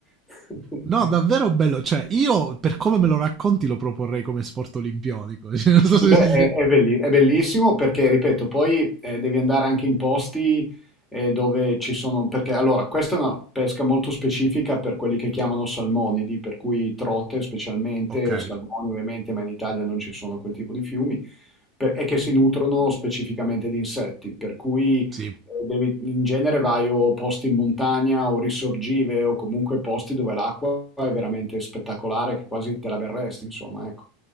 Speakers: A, in the centre; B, on the right (about 15°).
A: <laughs>
B: No, davvero bello. Cioè, io per come me lo racconti lo proporrei come sport olimpionico. <laughs> Cioè, non so se
A: Sì, Beh,
B: si-
A: è, è belli- è bellissimo perché, ripeto, poi eh, devi andare anche in posti eh, dove ci sono, perché allora, questa è una pesca molto specifica per quelli che chiamano salmonidi, per cui trote specialmente,
B: Ok,
A: salmoni ovviamente, ma in Italia non ci sono quel tipo di fiumi, per- e che si nutrono specificamente di insetti, per cui
B: sì.
A: eh, devi- in genere vai o posti in montagna o risorgive o comunque posti dove l'acqua è veramente spettacolare, che quasi te la berresti, insomma, ecco.